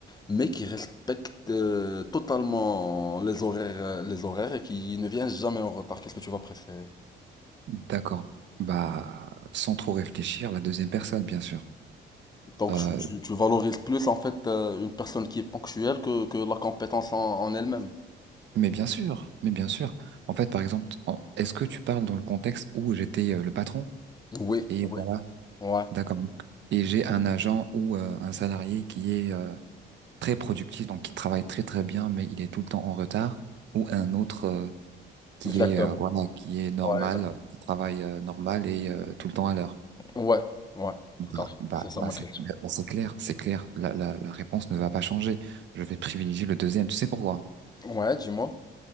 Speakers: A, on the left; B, on the right.
A: mais qui respecte euh, totalement les horaires, euh, les horaires et qui ne vient jamais en retard. Qu'est-ce que tu vas préférer?
B: D'accord. Bah, sans trop réfléchir, la deuxième personne, bien sûr.
A: Donc
B: Euh,
A: tu, tu- tu valorises plus en fait euh, une personne qui est ponctuelle que, que la compétence en en elle-même.
B: mais bien sûr, mais bien sûr. En fait, par exemple, en- est-ce que tu parles dans le contexte où j'étais euh, le patron?
A: Oui,
B: Et
A: oui,
B: voilà,
A: ouais.
B: d'accord. Et j'ai un agent ou euh, un salarié qui est euh, très productif, donc qui travaille très très bien, mais il est tout le temps en retard, ou un autre. euh, qui
A: Exactement.
B: est euh, voilà, qui est normal,
A: Ouais, exact.
B: euh, qui travaille euh, normal et euh, tout le temps à l'heure.
A: Ouais, ouais,
B: Bah,
A: tout à fait.
B: bah,
A: C'est ça
B: bah,
A: ma
B: c'est
A: question.
B: bah, bah, c'est clair, c'est clair. La, la, la réponse ne va pas changer. Je vais privilégier le deuxième. Tu sais pourquoi?
A: Ouais, dis-moi.